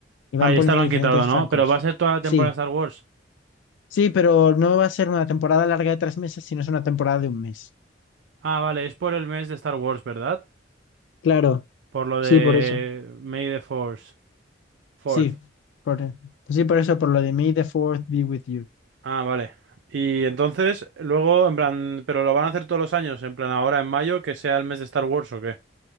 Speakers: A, on the left; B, on the right.
A: Y van
B: Ah, y
A: poniendo
B: esta lo han
A: diferentes
B: quitado, ¿no?
A: francos.
B: Pero va a ser toda la
A: Sí,
B: temporada de Star Wars.
A: sí, pero no va a ser una temporada larga de tres meses, sino es una temporada de un mes.
B: Ah, vale, es por el mes de Star Wars, ¿verdad?
A: Claro,
B: Por lo de
A: sí, por eso.
B: May the Force. Fourth.
A: Sí, por, e, sí, por eso, por lo de May the Fourth be with you.
B: Ah, vale. Y entonces, luego, en plan, ¿pero lo van a hacer todos los años? En plan, ahora en mayo, que sea el mes de Star Wars o qué?